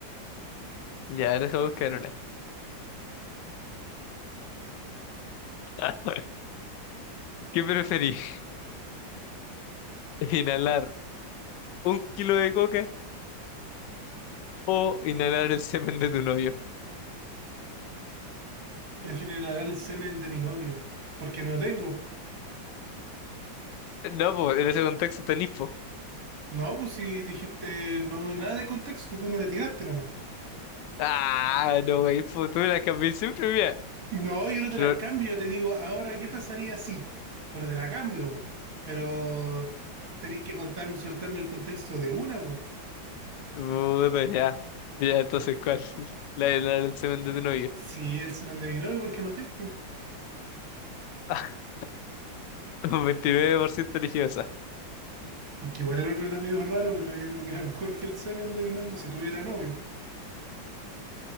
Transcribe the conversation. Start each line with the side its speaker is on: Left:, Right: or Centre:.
Left: Ya, deja buscar una. <laughs> ¿Qué preferís? ¿Inhalar un kilo de coca o inhalar el semen de tu novio?
Right: Prefiero inhalar el semen de mi novio. Porque no lo tengo.
Left: No, pues en ese contexto tenís, po.
Right: No, pues si dijiste no, nada de contexto, tú me le tiraste nomás.
Left: Ah, no, wey, po, tú me la cambié siempre, mira.
Right: No, yo no te
Left: Pero,
Right: las cambio, yo te digo, ahora, ¿qué pasaría si? Pero te la cambio, po. Pero tenéis que contarme, soltarme el contexto de una, po.
Left: puta, ya. Ya, entonces, ¿cuál? <laughs> La de inhalar el semen de tu novio.
Right: Si el semen de mi novio, ¿por qué no tengo?
Left: <laughs> Un 29% religiosa.
Right: Porque igual el otro era medio raro, pero yo creo que era mejor que el semen de mi novio, si tuviera novio.